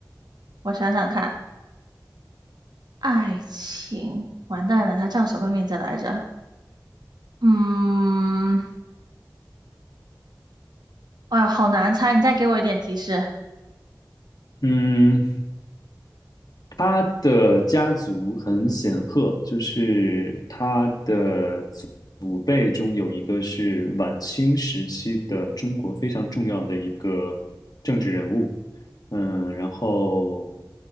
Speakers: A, on the right; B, on the left.
A: 我想想看，爱情，完蛋了，他叫什么名字来着？嗯。哎呦好难猜，你再给我一点提示。
B: 嗯，他的家族很显赫，就是他的祖祖辈中有一个是晚清时期的中国非常重要的一个政治人物，嗯，然后